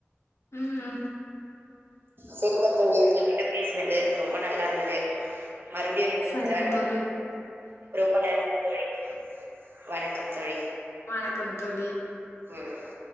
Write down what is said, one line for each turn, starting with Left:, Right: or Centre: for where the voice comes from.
Left: ம் ம்
Right: செரிங்க தோழி உங்க கிட்ட பேசுனது ரொம்ப நல்லா இருந்தது மறுபடியு இன்னொரு
Left: சரிங்க
Right: தடவ நம்
Left: தோழி.
Right: ரொம்ப நன்றி தோழி வணக்கம் தோழி
Left: வணக்கம் தோழி
Right: ம்